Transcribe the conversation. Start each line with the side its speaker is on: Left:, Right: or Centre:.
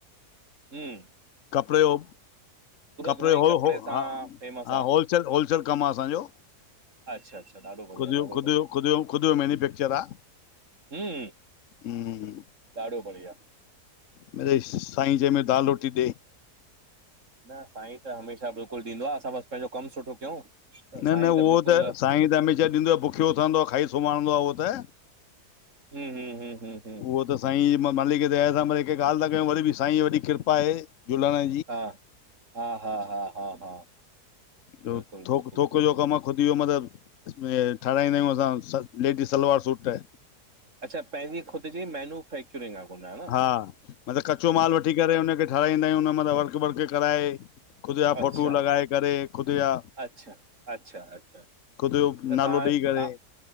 Right: हूं,
Left: कपिड़े जो, कपिड़े
Right: हूअं
Left: जो
Right: ई
Left: हो हो
Right: सां
Left: हा
Right: फेमस
Left: हा
Right: आहे
Left: होलसेल होलसेल कमु आ असांजो।
Right: अच्छा अच्छा ॾाढो बढ़िया
Left: कुदयो
Right: ॾाढो बढ़िया
Left: कुदयो कुदयो मैन्यफैक्चर आ।
Right: हम्म
Left: हूं,
Right: ॾाढो बढ़िया।
Left: मरेई साईं जंहिंम में दाल रोटी ॾे।
Right: न साईं त हमेशा बिल्कुलु ॾींदो आ असां बसि पंहिंजो कमु सुठो कयूं। त
Left: न
Right: साईं
Left: न उहो
Right: बिल्कुलु
Left: त साईं त हमेश ॾींदो आ भुखियो उठाईंदो आहे खाई सुम्हारींदो आ उहो त।
Right: हू हूं हूं हूं,
Left: उहो त साईं जी मालिक दया था कयूं वरी साईं जी वॾी कृपा आए झलण
Right: हा, हा हा हा हा हा
Left: जो
Right: बिल्कुलु
Left: थक
Right: बिल्कुलु
Left: थौक
Right: बिल्कुलु
Left: जो कम आ खुदि जो, मतिलबु इसमे ठाराहींदां आहियूं असां लेडी सलवार सूट
Right: अच्छा पंहिंजी ख़ुद जी मैन्युफैक्चरिंग आ <unintelligible> कोन्हयो?
Left: हा मतिलबु कचो माल वठी करे हुनखे ठाराईंदा आहियूं उन मथा वर्क बर्क कराए ख़ुदि जा
Right: अच्छा
Left: फोटू लॻाए करे खुदि जा
Right: अच्छा, अच्छा अच्छा
Left: खुद जो
Right: त
Left: नालो
Right: तव्हां
Left: ॼई
Right: तव्हां
Left: करेे